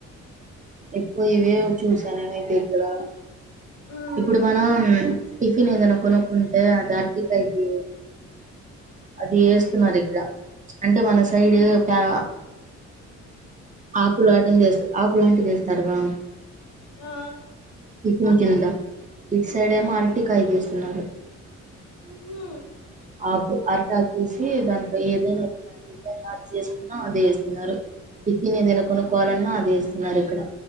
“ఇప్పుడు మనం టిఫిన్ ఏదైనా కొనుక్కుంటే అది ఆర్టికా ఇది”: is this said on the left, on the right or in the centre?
Right